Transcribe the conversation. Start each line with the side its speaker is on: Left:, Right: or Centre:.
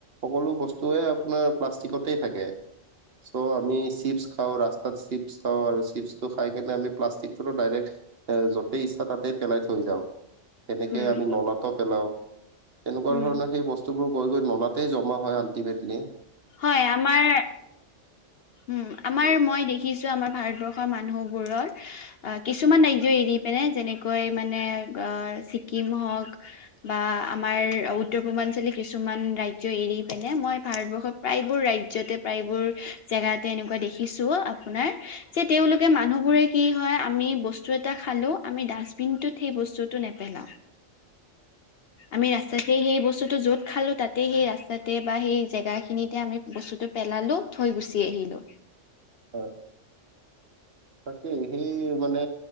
Right: সকলো বস্তু আপোনাৰ প্লাষ্টিকতে থাকে। চ' আমি চিপ্ছ খাওঁ ৰাস্ত তাত চিপছ খাওঁ, আৰু চিপছটো খাই কিনে আমি প্লাষ্টিকটো ডাইৰেক্ট এ যতেই ইচ্ছা তাতে পেলাই থৈ যাওঁ। তেনেকে
Left: উম,
Right: আমি নলাটো পেলাওঁ, তেনেকুৱা
Left: উম।
Right: ধৰণৰ সেই বস্তু বস্তুবোৰ গৈ গৈ নলাতেই জমা হয় আল্টিমেটলি‌।
Left: হয়। আমাৰ উম আমাৰ
Right: উম,
Left: মই দেখিছোঁ আমাৰ ভাৰতবৰ্ষ ৰ মানুহবোৰৰ অ' কিছুমান ৰাজ্য এৰি পেলাই, যেনেকৈ মানে অ' ছিকিম হওঁক বা আমাৰ উত্তৰ পূৰ্বাঞ্চলি কিছুমান ৰাজ্য এৰি পিনে মই ভাৰতবৰ্ষৰ প্ৰায়বোৰ ৰাজ্যতে প্ৰায়বোৰ জেগাতে এনেকুৱা দেখিছোঁ আপোনাৰ যে তেওঁলোকে মানুহ বোৰে কি হয় আমি বস্তু এটা খালোঁ আমি ডাষ্টবিন টোত সেই বস্তুতটো ন পেলাও।
Right: <inaudible>
Left: আমি ৰাস্তাতে সেই বস্তুটো য'ত খালো তাতে সেই ৰাস্তাতে বা সেই জেগা খিনিত তাতে আমি বস্তুটো পেলালোঁ থৈ গুচি আহিলোঁ।
Right: হয়। তাকে, সেই মানে